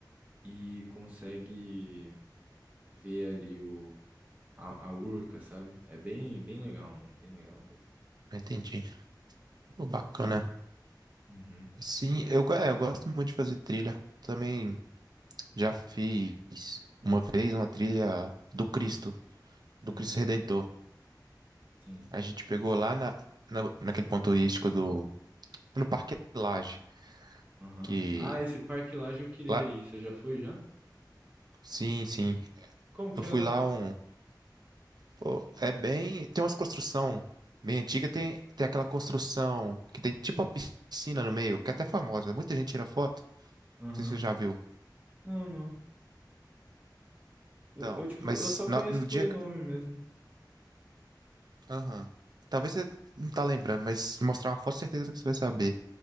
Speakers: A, on the right (about 20°); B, on the right (about 60°).
A: e consegue ver ali o, a, a Urca, sabe? É bem, bem legal, mano. Bem legal mesmo.
B: entendi. Pô, bacana.
A: Uhum,
B: Sim, eu, go- é, eu gosto muito de fazer trilha. Também já fiz uma vez uma trilha do Cristo, do
A: uhum,
B: Cristo Redentor.
A: sim.
B: A gente pegou lá na, na, naquele ponto turístico do, no Parque Lage,
A: Aham.
B: que
A: Ah, esse parque Lage eu queria
B: lá,
A: ir. Você já foi já?
B: sim, sim.
A: Como que
B: Eu fui
A: é lá?
B: lá um, Pô, é bem. Tem umas construção bem antiga, tem, tem aquela construção que tem tipo uma piscina no meio, que é até famosa. Muita gente tira foto.
A: Aham.
B: Não sei se você já viu.
A: Não, não. Eu,
B: Então,
A: eu, tipo,
B: mas
A: eu só
B: no,
A: conheço
B: no
A: por
B: dia.
A: nome
B: que-
A: mesmo.
B: Aham. Talvez você não tá lembrando, mas se mostrar uma foto, certeza que você vai saber.